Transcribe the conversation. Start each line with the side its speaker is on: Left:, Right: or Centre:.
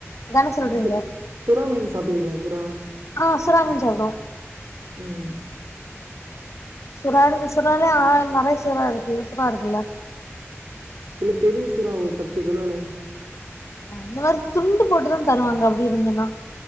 Left: அதான சொல்றீங்க
Right: சு சுறா மீன் சாப்ட்ருக்ங்களா சுறா
Left: ஆ சுறா மீன் சாப்டுவோ
Right: ம்
Left: சுறாவே சுறாலே ஆ நெறைய சுறா இருக்குல்ல சுறா இருக்குல்ல
Right: இல்ல பெரிய சுறா ஒரு பத்து கிலோல
Left: அந்த மாரி துண்டு போட்டுதா தருவாங்க அப்டி இருந்துன்னா